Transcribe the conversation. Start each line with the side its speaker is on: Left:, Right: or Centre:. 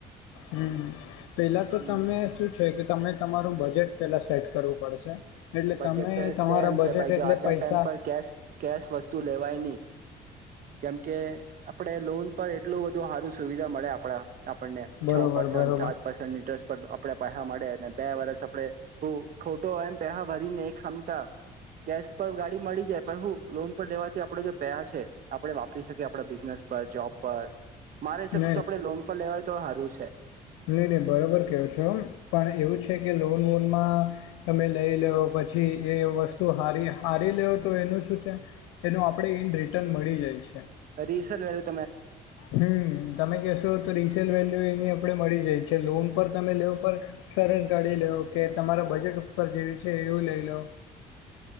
Left: હમ, પેલા તો
Right: હમ
Left: તમે શું છે કે તમે તમારું બજેટ પહેલાં સેટ કરવું પડશે એટલે
Right: બજેટ
Left: તમે
Right: તો એટલે
Left: તમારા
Right: એમ
Left: બજેટ
Right: છે ભાઈ
Left: એટલે
Right: જો આજના
Left: પૈસા
Right: ટાઈમ પર કેશ કેશ વસ્તુ લેવાય નહી કેમકે આપણે તે લોન પર એટલું બધું સારું સુવિધા મળે આપણા આપણને
Left: બરોબર
Right: છ પર્સન્ટ
Left: બરોબર
Right: સાત પર્સન્ટ ઇનટસ્ટ પર આપણે પૈસા મળે અને બે વરષ આપડે હું ખોટો હોય એમ પેહા ભરીને ખામતા કેશ પર ગાડી મળી જાય પણ હું લોન પર લેવાથી આપડ જે પેહા છે આપડે વાપરી શકીએ આપ બિઝનેસ પર જોબ પર મારા હિસાબથી
Left: ન
Right: તો આપણે લોન પર લેવાય તો સારું છે
Left: નહી નહી બરોબર કેવો છો પણ એવું છે કે લોનવોનમાં તમે લઈ લ લોવ પછી એ વસ્તુ હારી હારી લેવ તો એનું શું છે એનું આપણે ઇન રિટર્ન મળી જાય છે
Right: અસ <inaudible>
Left: હમ તમે કેશો તો રીસેલ વેલ એ આપણે મળી જાય છે લોન પર તમે લોય પણ સરસ ગાડી લેવ કે તમારા બજેટ ઉપર જેવી છે એવું લઈ લો